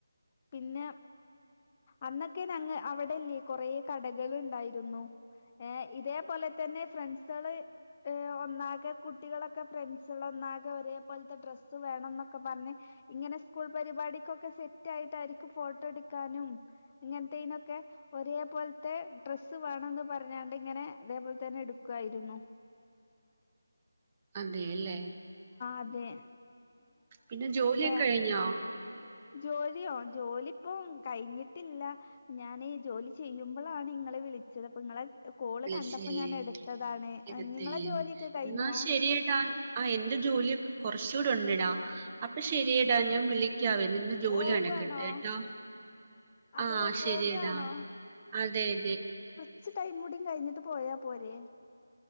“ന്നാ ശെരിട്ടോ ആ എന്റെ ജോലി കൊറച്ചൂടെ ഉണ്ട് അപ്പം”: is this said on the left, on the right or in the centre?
Right